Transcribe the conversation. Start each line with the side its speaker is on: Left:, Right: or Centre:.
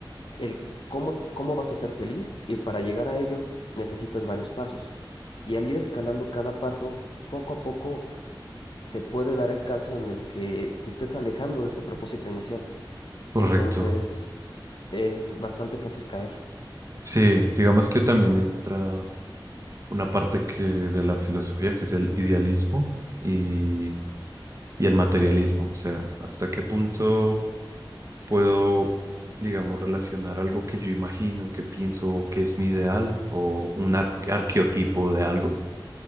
Left: el cómo, cómo vas a ser feliz y para llegar a ello necesitas varios pasos. Y al ir escalando cada paso, poco a poco se puede dar el caso en el que te estés alejando de ese propósito inicial.
Right: Correcto.
Left: Entonces es bastante fácil caer.
Right: Sí, digamos que también entra una parte que de la filosofía que es el idealismo y, y el materialismo. O sea, hasta qué punto puedo, digamos, relacionar algo que yo imagino, que pienso que es mi ideal o un ar- arqueotipo de algo